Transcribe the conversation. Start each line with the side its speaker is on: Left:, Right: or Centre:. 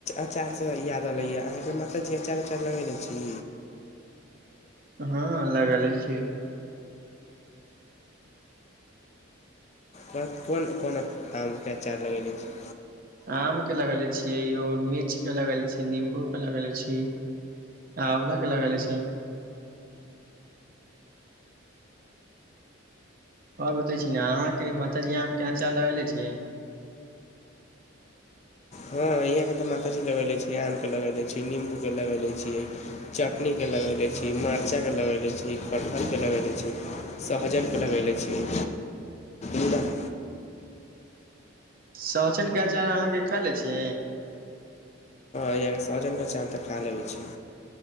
Left: अचारसँ याद अलैए अहाँके मताजी अचार उचार लगैने छी।
Right: हँ लगे छिय।
Left: ब कोन कोन आमके अचार लगले छी।
Right: आम के लगेले छि यै मिर्च के लगेले छी नींबू। अलग रहै छी, आंवला के लगाला छी। और बताई छी ने अहाँ के माता जी आम के अचार लगाले छी।
Left: हाँ यहाँ के ते माता जी लगेेले छै। ई आम के लगैेले छी, निम्बू के लगेले छियै, चटनी के लगैेले छियै, मा चा के लगैले छी, कटहल के लगैले छी। सहजन के लगले छि। <inaudible>
Right: सोहजन के अचार अहाँके खा ले छै।
Left: <unintelligible> सहजन के अचार तऽ खा लेबै छी।